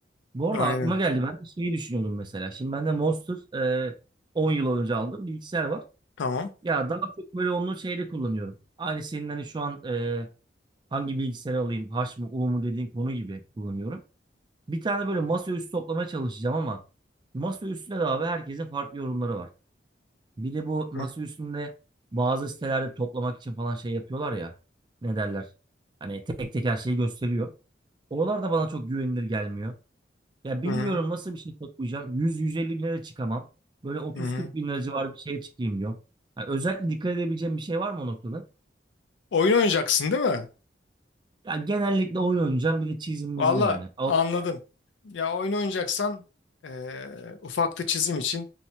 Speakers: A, on the right; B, on the left.
A: Bu
B: Aynen.
A: arada aklıma geldi. Ben de şeyi düşünüyordum mesela. Şimdi ben de Monster e, 10 yıl önce aldım. Bilgisayar var.
B: Tamam.
A: Ya daha çok böyle onu şeyde kullanıyorum. Aynı senin hani şu an e, hangi bilgisayarı alayım, H mı U mu dediğin konu gibi kullanıyorum. Bir tane böyle masaüstü toplamaya çalışacağım ama masaüstüne de abi herkesin farklı yorumları var. Bir de bu masaüstünde
B: Hı
A: bazı sitelerde toplamak için falan şey yapıyorlar ya. Ne derler? Hani tek tek her şeyi gösteriyor. Oralar da bana çok güvenilir gelmiyor. Ya bilmiyorum
B: hı.
A: nasıl bir şey toplayacağım. 100-150 bin lira çıkamam. Böyle 30-40
B: Hı hı.
A: bin lira civarı bir şeye çıkayım diyor. Yani özellikle dikkat edebileceğim bir şey var mı o noktada?
B: Oyun oynayacaksın değil mi?
A: Ya genellikle oyun oynayacağım bir de çizim mizim
B: Valla
A: yani.
B: anladım. Ya oyun oynayacaksan eee ufakta çizim için